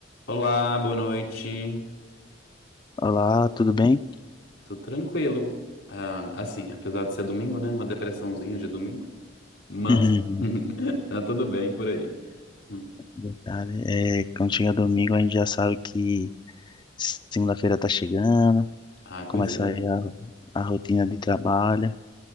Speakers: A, on the left (about 70°); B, on the left (about 25°).
A: Olá, boa noite.
B: Olá, tudo bem?
A: Tô tranquilo. Ah, assim, apesar de ser domingo, né? Uma depressãozinha de domingo, mas
B: <laughs>
A: <laughs> tá tudo bem por aí. Hum.
B: Verdade. É, quando chega domingo, a gente já sabe que segunda-feira tá chegando,
A: Ah, pois
B: começa
A: é,
B: aí a, a rotina de trabalho.